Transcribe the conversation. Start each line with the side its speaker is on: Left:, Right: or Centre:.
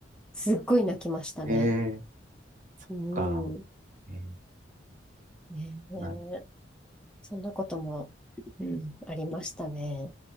Centre: すっごい泣きましたね。
Right: ええ
Centre: うん。
Right: か。えー
Centre: ねえ、
Right: なる
Centre: そんなことも、うん、ありましたね。